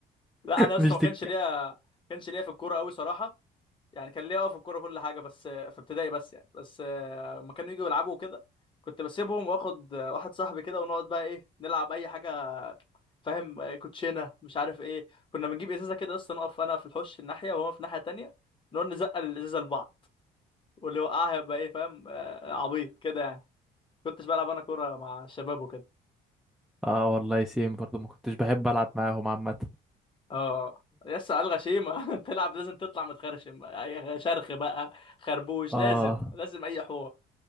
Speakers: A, on the left (about 30°); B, in the centre.
A: لا انا اصلا
B: مش
A: ما
B: دك
A: كانش ليا ما كانش ليا في الكوره قوي صراحه يعني كان ليا اه في الكوره كل حاجه بس في ابتدائي بس يعني بس آه، لما كانوا يجوا يلعبوا كده كنت بسيبهم واخد آه، واحد صاحبي كده ونقعد بقى ايه نلعب اي حاجه فاهم آه، كوتشينه مش عارف ايه كنا بنجيب ازازه كده اصلا نقف انا في الحوش الناحيه وهو في الناحيه التانيه نقعد نزقل الازازه لبعض واللي وقعها يبقى ايه فاهم آه، عبيط كده يعني كنتش بلعب انا كوره مع الشباب وكده
B: اه والله سيم برضو ما كنتش بحب العب معاهم عامة <laughs>
A: اه يس على الغشيمه <laughs> تلعب لازم تطلع متخرشم أي شرخ بقى خربوش
B: اه
A: لازم لازم اي حوار